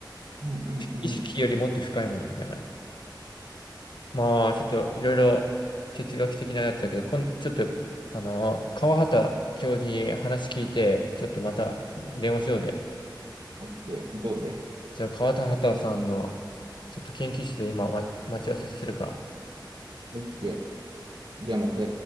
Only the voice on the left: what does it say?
意識よりもっと深いものみたいな。
まあ、ちょっといろいろ哲学的なやつだけど、こん、ちょっと、あの、川畑教授に話聞いて、ちょっとまた電話しようぜ。
じゃあ、川畑さんの、ちょっと研究室で今、ま、待ち合わせするか。